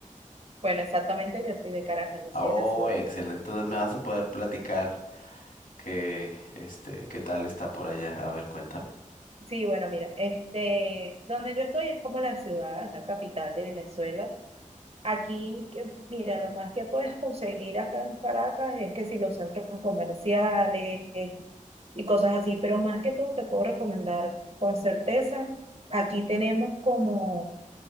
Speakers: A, on the right; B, on the left.
A: Bueno, exactamente, yo soy de Caracas, yo soy
B: Oh,
A: de la ciudad.
B: excelente, entonces me vas a poder platicar. que, este, ¿qué tal está por allá? A ver, cuéntame.
A: Sí, bueno, mira, este, donde yo estoy es como la ciudad, la capital de Venezuela. Aquí, que- mira, lo más que puedes conseguir acá en Caracas es que si los centros comerciales eh, y cosas así, pero más que todo te puedo recomendar con certeza. Aquí tenemos como